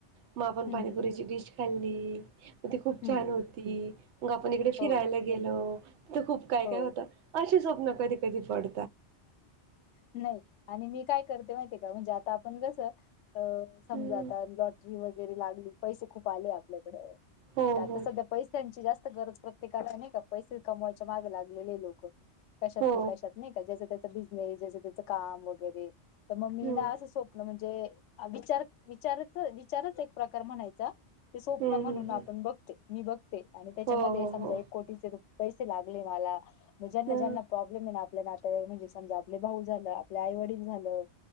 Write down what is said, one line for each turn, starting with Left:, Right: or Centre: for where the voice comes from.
Right: म आपण
Left: हम्म
Right: पाणीपुरीची
Left: हम्म
Right: डिश खाल्ली म ती खूप
Left: हम्म
Right: छान
Left: हम्म.
Right: होती मग आपण इकडे फिरायला
Left: हो
Right: गेलो तिथं खूप काय काय
Left: हो
Right: होतं. अशी स्वप्न कधी कधी पड
Left: नाही आणि मी काय करते माहितेय का म्हणजे आता आपण कस अ समजा
Right: हम्म
Left: आता लॉटरी वगैरे लागली, पैसे खूप आले आपल्याकड नाही
Right: हो
Left: का आता
Right: हो
Left: सध्या पैश्यांची जास्त गरज प्रत्येकाला आहे नाही का, पैसे कमवायच्या माग लागलेले लोक कशात
Right: हो
Left: ना कशात. नाही का, ज्याचा त्याचा बिजनेस, ज्याचं त्याच काम वगैरे तर मग मी
Right: हम्म
Left: ना अस सोप आपलं म्हणजे अ विचार विचारत विचारच एक प्रकार म्हणायचा ते स्वप्न
Right: हम्म
Left: म्हणून
Right: हम्म
Left: आपण बघते मी बघते आणि त्याच्यामध्ये
Right: हो हो
Left: समजा
Right: हो
Left: एक कोटीचे रूप पैसे लागले मला म ज्यांना
Right: हा
Left: ज्यांना प्रॉब्लेम हे ना आप आपल्या नाताव, म्हणजे समजा आपले भाऊ झालं, आपले आई-वडील झालं